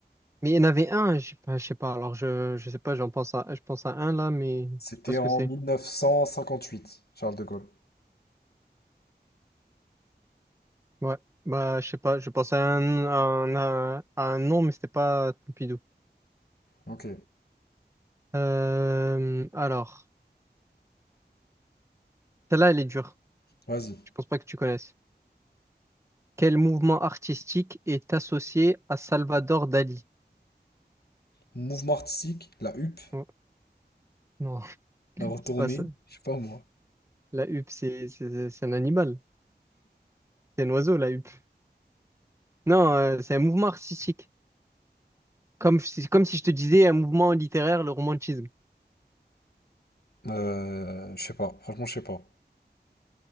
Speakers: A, on the right; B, on the left.
A: Mais il y en avait un, je sais pas, je sais pas. Alors, je, je sais pas, j'en pense à, je pense à un là, mais
B: C'était
A: je sais pas ce
B: en
A: que c'est.
B: 1958, Charles de Gaulle.
A: Ouais, bah je sais pas, je pensais à un, à un, à un nom, mais c'était pas Pompidou.
B: Ok,
A: Euh, alors, celle-là, elle est dure.
B: vas-y.
A: Je pense pas que tu connaisses. Quel mouvement artistique est associé à Salvador Dali?
B: Mouvement artistique, la huppe,
A: Oh, non,
B: la
A: <laughs>
B: retournée,
A: c'est pas ça.
B: je sais pas moi.
A: La huppe, c'est c'est- c'est- c'est un animal. C'est un oiseau, la huppe. Non, euh, c'est un mouvement artistique. Comme, si- comme si je te disais un mouvement littéraire, le romantisme.
B: Euh, je sais pas, franchement, je sais pas.